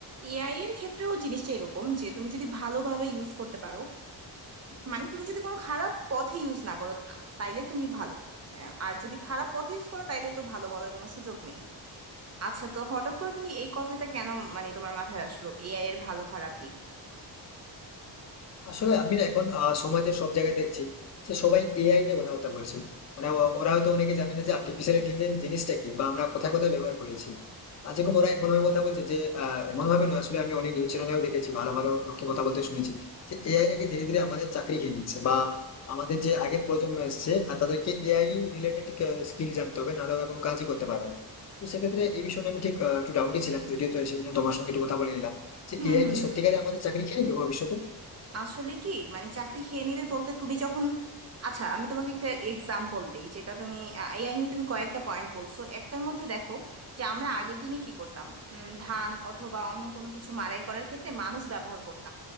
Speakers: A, on the right (about 35°); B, on the left (about 40°).
A: এআই এর ক্ষেত্রেও জিনিসটা এরকম যে তুমি যদি ভালোভাবে ইউজ করতে পারো মানে তুমি যদি কোনো খারাপ পথে ইউজ না করো তা- তাইলে তুমি ভালো আহ, আর যদি খারাপ পথে ইউজ করো তাইলে তো ভালো বলার কোনো সুযোগ নেই আচ্ছা তো হঠাৎ করে তুমি এই কথাটা কেন মানে তোমার মাথায় আসলো এআই এর ভালো খারাপ দিক
B: আসলে আমি না এখন আহ, সমাজে সব জায়গায় দেখছি যে সবাই এআই নিয়ে কথাবার্তা বলছে মানে ও- ওরা হয়তো অনেকে জানে না যে আর্টিফিশিয়াল ইন্টেলিজেন্স জিনিসটা কি বা আমরা কোথায় কোথায় ব্যবহার করেছি আর যেরকম ওরা এমন ভাবে কথা বলছে যে আহ, এমন ভাবে নয় আসলে আমি অনেক নিউজ চ্যানেলেও দেখেছি ভালো ভালো লোকে কথা বলতে শুনেছি যে এআই নাকি ধীরে ধীরে আমাদের চাকরি খেয়ে নিচ্ছে বা আমাদের যে আগের প্রজন্ম এসেছে আর তাদেরকে এআই রিলেটেড স্কিল জানতে হবে নাহলে ওরা কোনো কাজই করতে পারবে না তো সেক্ষেত্রে এই বিষয়ে আমি ঠিক আহ, একটু ডাউটে ছিলাম যদিও তো সেজন্য তোমার সঙ্গে একটু কথা বলে নিলাম যে
A: হুম
B: এআই
A: হুম
B: কি
A: হুম
B: সত্যিকারে আমাদের চাকরি খেয়ে নেবে ভবিষ্যতে
A: আসলে কি মানে চাকরি খেয়ে নেবে বলতে তুমি যখন আচ্ছা আমি তোমাকে একটা এক্সাম্পল দেই যেটা তুমি আ, এআই নিয়ে তুমি কয়েকটা পয়েন্ট বলছো একটার মধ্যে দেখো যে আমরা আগের দিনে কি করতাম উম, ধান অথবা অন্য কোনো কিছু মাড়াই করার ক্ষেত্রে মানুষ ব্যবহার করতাম